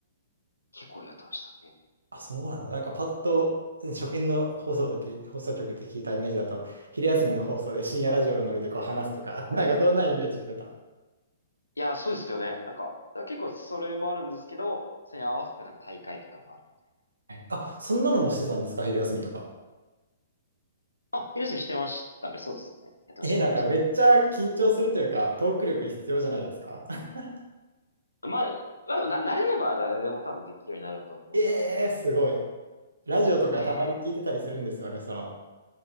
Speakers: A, on the left (about 80°); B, on the right (about 70°).
A: 結構やってましたね。
B: あ、そうなんだ。なんかパッと、初見の放送部って、放送局って聞いたイメージだと、昼休みの放送で深夜ラジオのノリでこう話すとか、<laughs> なんかそんなイメージしてた。
A: いや、そうですよね。なんか、だから結構それもあるんですけど、それに合わせてなんか大会とかもあるみたい
B: はいあ、そんなのもしてたんですか昼休みとか。
A: な。あ、ヒルスしてましたね。そうですね。やってました、
B: え、
A: やってました。
B: なんかめっちゃ緊張するというか、トーク力必要じゃないですか <laughs>
A: まあ、まあでもな、慣れれば誰でも多分できるようになると思うので。
B: ええーすごい。ラジオとかたまに聞いてたりするんですよね、
A: いやいやいや、でも
B: その。